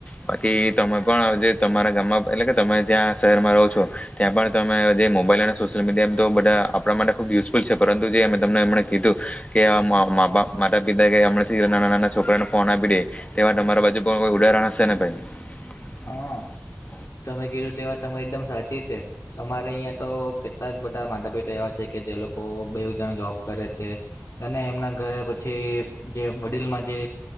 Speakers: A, on the left (about 25°); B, on the left (about 55°).
A: બાકી તમે પણ જે તમારા ગામમાં એટલે કે તમે ત્યાં શહેરમાં રહો છો. ત્યાં પણ તમે જે મોબાઈલ અને સોશિયલ મીડિયા એમ તો બધા આપણા માટે ખુબ યુઝફુલ છે પરંતુ જે તમને એમણે કીધું કે માતા પિતા કે હમણાંથી નાના નાના છોકરાને ફોન આપી દે. તેવા તમારા બાજુ પણ કોઈ ઉદાહરણ હશે ને ભાઈ. <inaudible>
B: હા તમે કીધું તેવા તમારી એકદમ સાચી છે. અમારે અહિયાં તો કેટલાક બધા માતા પિતા એવા છે કે જે લોકો બે જણ જોબ કરે છે. અને એમના ઘરે પછી જે વડીલમાં જે